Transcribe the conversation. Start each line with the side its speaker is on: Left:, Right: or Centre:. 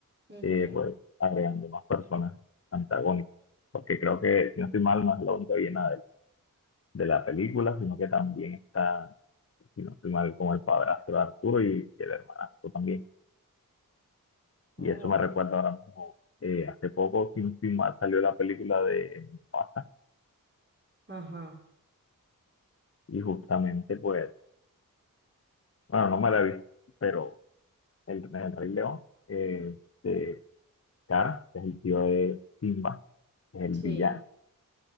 Right: Ujú.
Left: eh, pues agregando más personas antagónicas. Porque creo que, si no estoy mal, no es la única villana de, de la película, sino que también está, si no estoy mal, como el padrastro de Arturo y, y el hermanastro también.
Right: Oh,
Left: Y eso me
Right: ok.
Left: recuerda ahora mismo, eh, hace poco, sin estoy mal, salió la película de Mufasa
Right: Ajá,
Left: y justamente, pues, bueno, no me la he visto, pero el, el Rey León, eh, de Scar, que es el tío de Simba, que es el
Right: sí.
Left: villano,